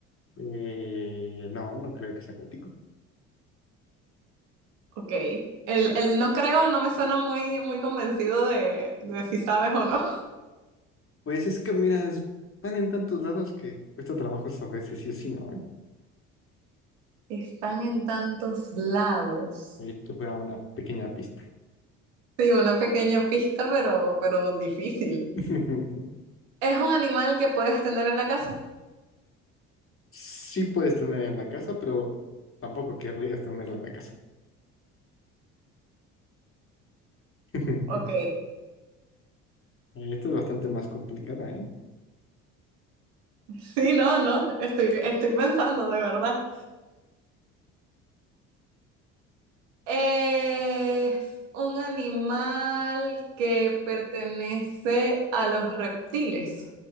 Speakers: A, on the left; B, on the right.
A: Eh, no, no creo que sea acuático.
B: Ok, el, el no creo no me suena muy, muy convencido de, de si sabes o no.
A: Pues es que, mira, están en tantos lados que cuesta trabajo saber si sí o si no, ¿eh?
B: <laughs> Están en tantos lados.
A: Ahí te voy a una pequeña pista.
B: Sí, una pequeña pista, pero, pero difícil.
A: <laughs>
B: Es un animal que puedes tener en la casa.
A: Sí puedes tener en la casa, pero tampoco querrías tenerla en la casa. <laughs>
B: Ok,
A: Esta es bastante más complicada, ¿eh?
B: <laughs> sí, no, no, estoy, estoy pensando de verdad. Es un animal que pertenece a los reptiles.